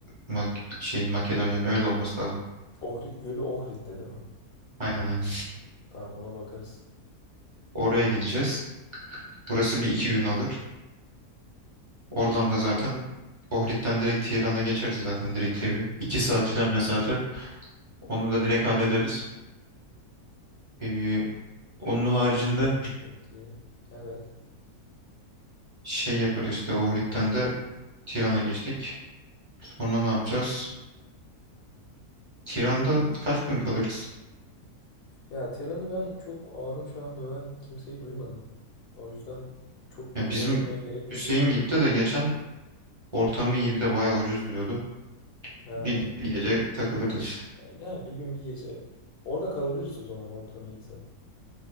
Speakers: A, on the right; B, on the left.
A: Mak şeyin Makedonya'nın öyle olması lazım.
B: Ohrid Gölü Ohrid'de değil mi?
A: Aynen aynen.
B: Tamam ona bakarız.
A: Oraya gideceğiz. Burası bir iki gün alır. Oradan da zaten Ohrid'den direkt Tiran'a geçeriz zaten direkt gibi. İki saat filan mesafe. Onu da direkt hallederiz. Ee, onun
B: Bir
A: haricinde
B: Makedonya şekli. Evet.
A: şey yaparız işte Ohrid'den de Tiran'a geçtik. Sonra ne yapacağız? Tiran'da kaç gün kalırız?
B: Ya Tiran'ı ben çok ahım şahım öven kimseyi duymadım. O yüzden çok
A: Ya
B: bir gün
A: bizim
B: ayırmaya gerek
A: Hüseyin
B: yok gibi.
A: gitti de geçen ortamı iyi bir de bayağı ucuz diyordu.
B: He.
A: Bir, bir gece takılırız işte.
B: Yani bir gün bir gece. Orada kalabiliriz o zaman ortam iyiyse.